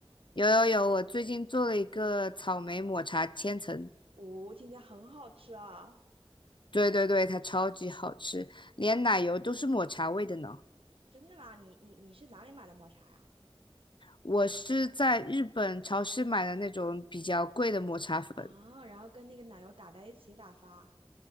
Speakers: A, on the left; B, on the right.
A: 有有有，我最近做了一个草莓抹茶千层，
B: 哦，听起来很好吃啊！
A: 对对对，它超级好吃，连奶油都是抹茶味的呢。
B: 真的吗？你你你是哪里买的抹茶呀？
A: 我是在日本超市买的那种比较贵的抹茶粉，
B: 啊，然后跟那个奶油打在一起打发。